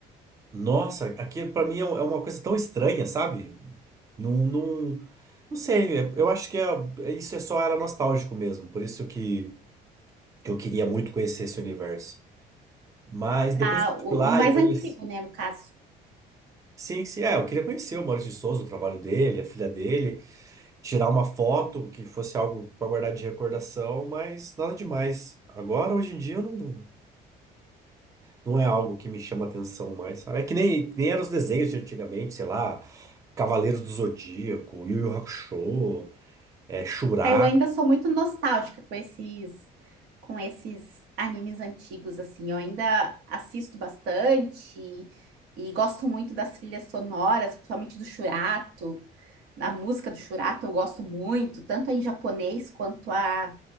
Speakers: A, on the right; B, on the right.
A: Nossa, aqui pra mim é um, é uma coisa tão estranha, sabe? Não, não, não sei, é- eu acho que é, é- isso é só era nostálgico mesmo, por isso que, que eu queria muito conhecer esse universo. Mas
B: Da,
A: depois que eu
B: o,
A: fui lá
B: o mais
A: e conheci.
B: antigo, né, no caso.
A: Sim, sim, é, eu queria conhecer o Maurício de Souza, o trabalho dele, a filha dele, tirar uma foto que fosse algo pra guardar de recordação, mas nada demais. Agora, hoje em dia, eu não. Não é algo que me chama atenção mais, sabe? É que nem, que nem eram os desenhos de antigamente, sei lá, Cavaleiros do Zodíaco, Yu Yu Hakusho, é, Shura.
B: Aí eu ainda sou muito nostálgica com esses, com esses animes antigos, assim. Eu ainda assisto bastante e, e gosto muito das trilhas sonoras, principalmente do Shurato. A música do Shurato eu gosto muito, tanto a em japonês quanto a,